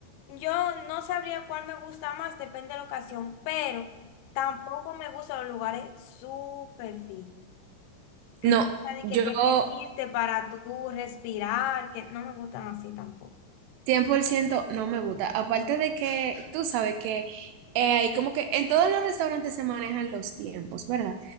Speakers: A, on the left; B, on the right.
A: yo no sabría cuál me gusta más, depende de la ocasión, pero tampoco me gustan los lugares súper finos. Que
B: No,
A: tú tengas de
B: yo
A: que, que medirte para tú respirar, que no me gustan así tampoco.
B: 100% no me gusta. Aparte de que tú sabes que eh, hay como que en todos los restaurantes se manejan los tiempos, ¿verdad?